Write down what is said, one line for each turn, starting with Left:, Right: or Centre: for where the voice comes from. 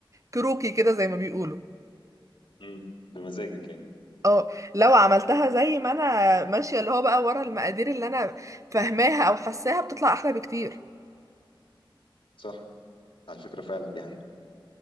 Right: كروكي كده زي ما بيقولوا
Left: امم بمزاجك يعني
Right: اه لو عملتها زي ما انا ماشيه اللي هو بقى ورا المقادير اللي انا فاهماها او حاساها بتطلع احلى بكتير
Left: صح على فكرة فعلا دي حقيقة